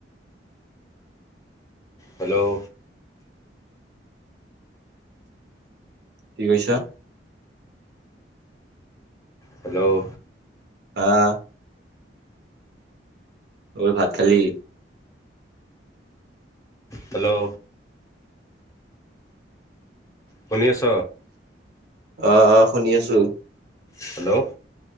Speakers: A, on the left (about 20°); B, on the right (about 65°).
A: হেল্ল'
B: কি কৈছা
A: হেল্ল'
B: আহ অই ভাত খালি
A: হেল্ল' শুনি আছ
B: আহ অ শুনি আছো
A: হেল্ল'